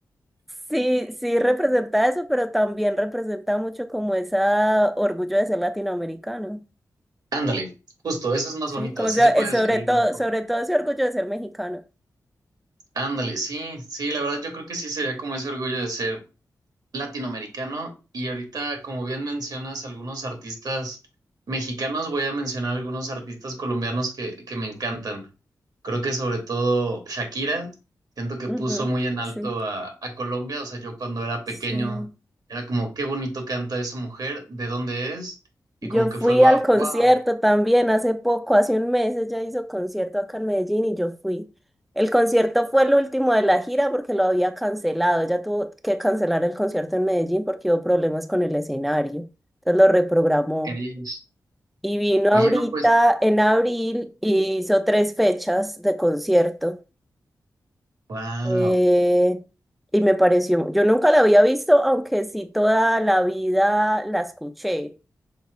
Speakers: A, in the centre; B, on the right.
A: Sí, sí representa eso, pero también representa mucho como ese orgullo de ser latinoamericano.
B: Ándale, justo, eso es más
A: Sí,
B: bonito,
A: como
B: así
A: so-
B: se puede
A: eh, sobre
B: describir
A: todo,
B: mejor.
A: sobre todo ese orgullo de ser mexicano.
B: Ándale, sí, sí, la verdad yo creo que sí sería como ese orgullo de ser latinoamericano y ahorita, como bien mencionas, algunos artistas mexicanos, voy a mencionar algunos artistas colombianos que, que me encantan. Creo que sobre todo Shakira, siento que
A: Ujú,
B: puso muy en alto
A: Sí,
B: a, a Colombia. O sea, yo cuando era
A: sí.
B: pequeño era como, qué bonito canta esa mujer, de dónde es, y
A: Yo
B: como
A: fui
B: que fue guau,
A: al concierto
B: wow,
A: también hace poco, hace un mes ella hizo concierto acá en Medellín y yo fui. El concierto fue el último de la gira porque lo había cancelado. Ella tuvo que cancelar el concierto en Medellín porque hubo problemas con el escenario. Entonces lo reprogramó.
B: eres.
A: Y vino
B: Oye,
A: ahorita
B: no, pues,
A: en abril y hizo tres fechas de concierto.
B: wow.
A: Eh, y me pareció, yo nunca la había visto, aunque sí toda la vida la escuché